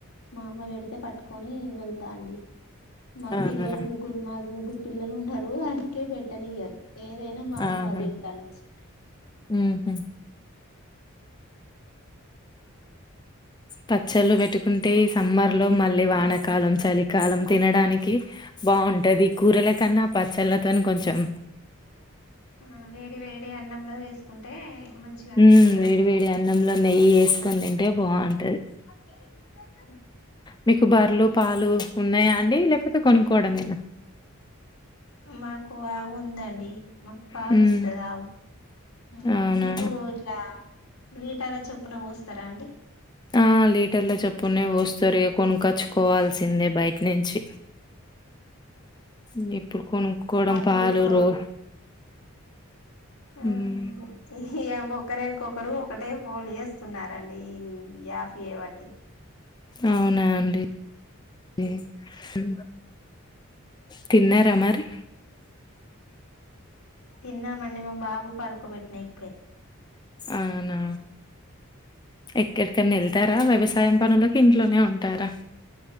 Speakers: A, on the left; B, on the left.
A: మా అమ్మ వెడితే పట్టుకొనీ వెళ్. తా అండి మాక్
B: అవునా!
A: పిల్లలు ముగ్గురు, మాకు ముగ్గురు పిల్లలు ఉన్నరూ, అందుకే పెట్టనియ్యరు. ఏదైనా మా అమ్మవాళ్ల
B: ఆహా!
A: ఇంటికాన్నుంచి
B: హుహు. పచ్చళ్ళు వెట్టుకుంటే ఈ సమ్మర్ లో మళ్ళీ వానకాలం, చలికాలం, తినడానికి. బాగుంటది కూరల కన్నా పచ్చళ్ళతోని కొంచెం
A: ఆ వేడి వేడి అన్నంలో వేసుకుంటే మంచిగా అనిపిస్తదండి
B: హ్మ్ వేడి వేడి అన్నంలో నెయ్యి వేసుకని తింటే బావుంటది
A: అ బేబీ <unintelligible>
B: మీకు బర్లు పాలు ఉన్నాయ అండి లేకపోతే కొనుక్కోవడమే
A: మాకు ఆవు ఉందండి మాకు పాలు
B: హ్మ్.
A: ఇస్తది ఆవు ఊ
B: అవునా?
A: మీకు ఇట్లా లీటార్ల చొప్పున పోస్తారా అండి
B: ఆ లీటర్ల చెప్పున్నే పోస్తారు ఇగ కొను కచ్చుకోవాల్సిందే బయట నుంచి ఇగ ఇప్పుడు కొనుక్కోవడం
A: మాకు
B: పాలు
A: ఇప్పుడు
B: రో
A: ఆ
B: హ్మ్.
A: ఇ యమ్ ఒకరెనుకొకరు ఒకటే ఫోన్ చేస్తున్నారండి ఈ యాప్ ఏవట్టి
B: అవునా అండి డి ఉ తిన్నరా మరి
A: తిన్నామండి మా బాబు పడుకోబెట్టిన ఇప్పుడే
B: అవునా ఎక్కడిక్కనా వెళ్తారా వ్యవసాయం పనులకు ఇంట్లోనే ఉంటారా